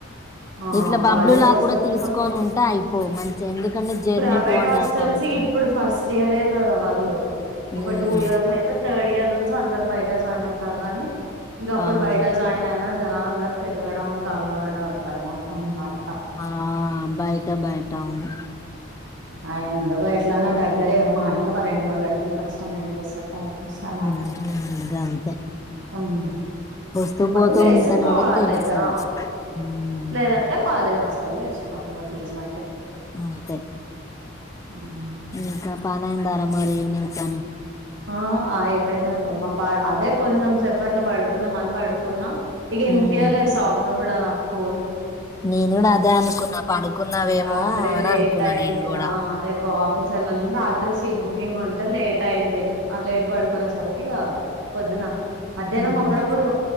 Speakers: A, on the right; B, on the left.
A: ఆ
B: ఇట్లా బబ్లు
A: కాలేజ్
B: లా
A: హాస్టల్లో
B: కూడా తీసుకొని ఉంటే అయిపోవు మంచిగా ఎందుకంే journey
A: private
B: two and
A: hostels
B: half hours
A: ఇప్పుడు ఫస్ట్ ఇయరే కదా వాళ్ళు ఒక
B: ఉమ్
A: ఒక టూ ఇయర్స్ అతే నుంచి అందరు బయట జాయిన్ అవుతారు గానీ ఇంక అప్పుడు
B: అవును
A: బయట జాయిన్ అయినా జనాలందరుూ తిరగడానికి కాల్లాడాారు తర్మాతంన్నాయ
B: ఆ బాయటా బాయట అవును
A: అయ ఎందుగ ఎట్లన్నా దగ్గరే కదా మా అంటే ఒక రెండు మూడు గంటలు కష్టం అనిపిస్తేస్తాయి వస్తాడా
B: ఇగ అంతే
A: ఉమ్
B: వస్తూ పోతూ
A: తతి
B: ఉంటేనే
A: వస్తే కాలేజా
B: కూడా తెలుస్తది ఉమ్,
A: లేదంటే కాలేజ వస్త హాస్టల్ లో వేసుకోవాలి ఇంకా ఫీస్ బట్టి
B: అంతే
A: ఉమ్.
B: ఇకా పని అయ్యిందా ఆ మరి నిమిషం
A: ఆ అయిపోయింది అత్తమ్మ ప అదే కొంచెం సేపట్లో పడుకుందాం మను పడుకున్నా ఇగ ఇనిపియాలే
B: ఉమ్,
A: సౌండ్ కూడా నా పోను
B: నేను కూడా అదే అనుకున్నా పడుకున్నావేమో
A: రాత్రి
B: అని
A: లేట్యంది
B: అనుకున్నా నేను కూడా
A: ఆ అరేప్పు ఆఫీస్ అలా రాత్రి సీట్ బుక్ బుకింగ్ ఉంటే లేట్ అయింది లేట్ పడుకునే సరికి పొద్దున మధ్యాహ్నం
B: ఉమ్,
A: అప్పుడప్పుడు